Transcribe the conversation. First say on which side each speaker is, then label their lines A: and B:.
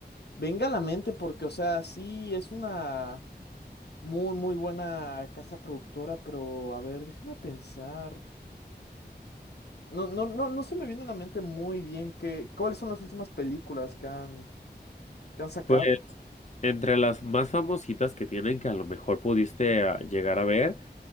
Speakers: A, on the left; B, on the left.
A: Venga a la mente porque, o sea, sí, es una muy, muy buena casa productora, pero a ver, déjame pensar. No, no, no, no se me viene a la mente muy bien que, cuáles son las últimas películas que han, que han sacado.
B: Pues entre las más famositas que tienen, que a lo mejor pudiste ah, llegar a ver,